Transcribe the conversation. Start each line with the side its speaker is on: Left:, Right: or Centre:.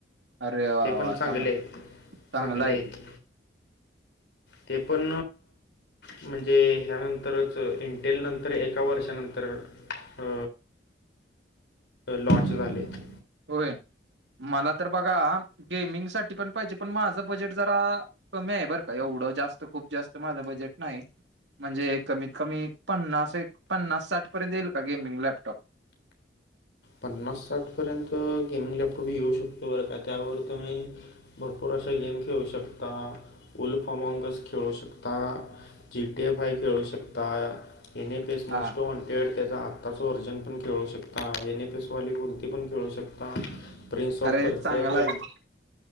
Right: अरे वा
Left: ते पण
Right: वा
Left: चांगले
Right: चांग
Left: आहेत
Right: चांगला
Left: चांगले
Right: आहे
Left: आहेत.
Right: की
Left: ते पण म्हणजे ह्यानंतरच इंटेल नंतर तर एका वर्षानंतर अ लाँच झालेत.
Right: होय मला तर बघा गेमिंग सा पण पाहिजे पण माझं बजेट जरा.... कमी आहे बरं का एवढं जास्त खूप जास्त माझं बजेट नाही म्हणजे कमीत कमी पन्नास एक पन्नास साठ पर्यंत येईल का गेमिंग लॅपटॉप
Left: पन्नास साठ पर्यंत गेमिंग लॅपटॉप येऊ शकतो बरं का? त्यावर तुम्ही भरपूर अश्या गेम खेळू शकता उलफॉमकच खेळू शकता. जीटीएफाय खेळू शकता येने ते मोस्ट
Right: हा
Left: वॉन्टेड त्याचा आत्ताचं वर्जन पण खेळू शकता जेणे ली कोणती पण खेळू शकता प्रिंग्स ऑफ
Right: अरे
Left: पर्सिया
Right: चांगला
Left: खेळ
Right: आहे ना.